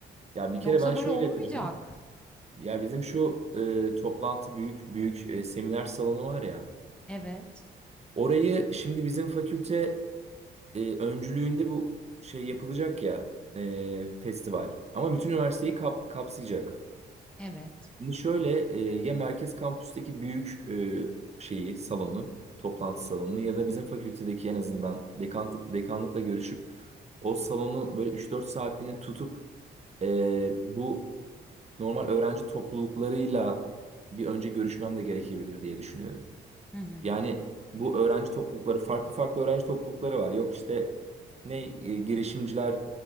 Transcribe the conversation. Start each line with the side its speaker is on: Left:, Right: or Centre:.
Right: ya bir kere
Centre: Yoksa
Right: ben şöyle
Centre: böyle olmayacak.
Right: yapacağım. Ya bizim şu e, toplantı büyük büyük e, seminer salonu var ya.
Centre: Evet,
Right: Orayı şimdi bizim fakülte e, öncülüğünde bu şey yapılacak ya e, festival. Ama bütün üniversiteyi kap- kapsayacak.
Centre: evet.
Right: Şimdi şöyle e, ya merkez kampüsteki büyük e, şeyi salonu toplantı salonunu ya da bizim fakültedeki en azından dekanlık, dekanlıkla görüşüp o salonu böyle üç dört saatliğini tutup e, bu normal öğrenci topluluklarıyla bir önce görüşmem de gerekebilir diye düşünüyorum.
Centre: Hı hı.
Right: Yani bu öğrenci toplulukları farklı farklı öğrenci toplulukları var. Yok işte ne e, girişimciler